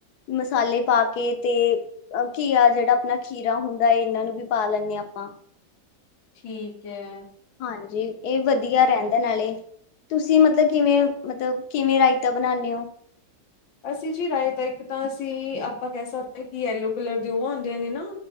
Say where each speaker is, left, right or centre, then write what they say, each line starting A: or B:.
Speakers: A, on the left; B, on the left.
A: ਮਸਾਲੇ ਪਾ ਕੇ ਤੇ ਅ, ਘੀਆ ਜੇੜਾ ਆਪਨਾ ਖੀਰਾ ਹੁੰਦਾ ਏਨਾਂ ਨੂੰ ਵੀ ਪਾ ਲੈਂਨੇ ਆਂ ਆਪਾਂ
B: ਠੀਕ ਐ।
A: ਹਾਂਜੀ, ਏ ਵਦੀਆ ਰੈੰਦਾ ਨਾਲੇ। ਤੁਸੀਂ ਮਤਲਬ, ਕਿਵੇਂ ਮਤਲਬ ਕਿਵੇਂ ਰਾਏਤਾ ਬਨਾਂਨੇ ਓ?
B: ਅਸੀਂ ਜੀ, ਰਾਏ ਤਾ ਇੱਕ ਤਾਂ ਅਸੀਂ, ਆਪਾਂ ਕੇਹ ਸਕਦੇ ਆਂ ਕਿ, ਯੈਲੋ ਕਲਰ ਦੇ ਓ ਹੁੰਦੇ ਨੇ ਨਾ